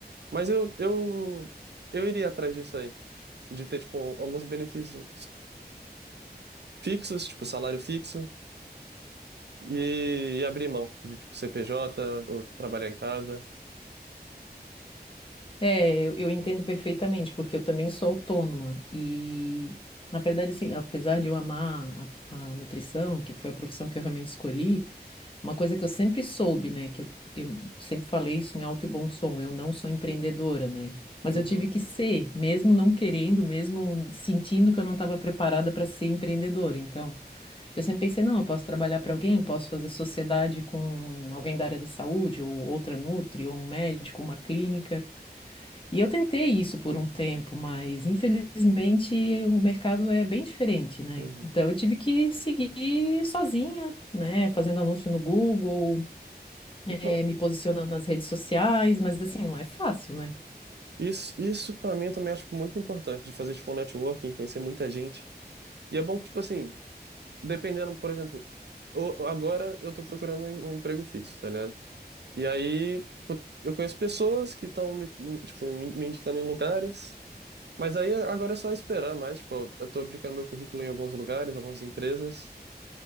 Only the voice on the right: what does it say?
Mas eu, eu, eu iria atrás disso aí, de ter, tipo, alguns benefícios fixos, tipo, salário fixo, e, e abrir mão de, tipo, ser PJ ou trabalhar em casa.
Uhum,
uhum.
Então,
Isso, isso para mim eu também acho tipo, muito importante de fazer tipo um networking, conhecer muita gente. E é bom que, tipo assim, dependendo, por exemplo, o- agora eu tô procurando um, um emprego fixo, tá ligado? E aí, tipo, eu conheço pessoas que estão me, me- tipo, me me indicando em lugares, mas aí agora é só esperar mais, tipo, eu eu tô aplicando meu currículo em alguns lugares, algumas empresas,